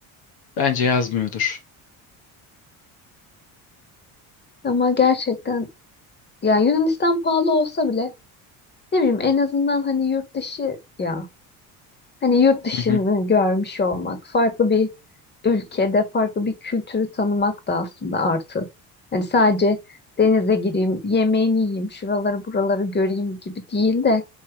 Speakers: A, on the left; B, on the left.
A: Bence yazmıyordur.
B: Ama gerçekten yani Yunanistan pahalı olsa bile ne bileyim en azından hani yurt dışı ya hani yurt dışını
A: Hı hı.
B: görmüş olmak, farklı bir ülkede farklı bir kültürü tanımak da aslında artı. Hani sadece denize gireyim, yemeğini yiyeyim, şuraları buraları göreyim gibi değil de